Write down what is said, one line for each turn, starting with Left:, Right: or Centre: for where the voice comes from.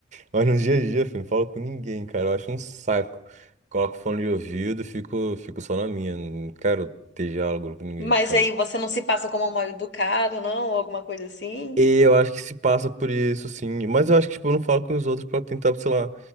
Right: Mas no dia a dia, filho, não falo com ninguém, cara. Eu acho um saco. Coloco fone de ouvido e fico, fico só na minha. Não quero ter diálogo com ninguém,
Left: Mas
Right: sabe?
Left: aí você não se passa como um mal educado, não? Ou alguma coisa assim?
Right: E eu acho que se passa por isso, assim. Mas eu acho que, tipo, eu não falo com os outros pra tentar, sei lá,